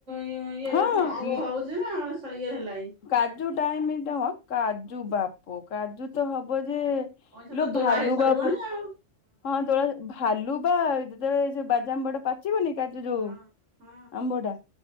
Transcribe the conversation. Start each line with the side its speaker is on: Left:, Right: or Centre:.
Right: ଇଏରେ
Left: ହଁ
Right: ଆଉ ହଉଛି ନା ଇଏ ହେଲାଇ।
Left: କାଜୁ ଟାଇମ୍ କାଜୁ ବାପ କାଜୁ ତ ହବ ଯେ
Right: ପଇସା ତ
Left: ଲୋ
Right: ତୋଳା
Left: ଭାଲୁ
Right: ହେଇ ସାରିବଣି
Left: ବା
Right: ଆଉ
Left: ହଁ ତୋଳି ଭାଲୁବା ଯେତେବେଳେ ଏ ଯଉ ବାଜାମ ବଡ ପା ପାଚିବନି କାଜୁ ଯୋଉ
Right: ହଁ ହଁ
Left: ଆମ୍ବଟା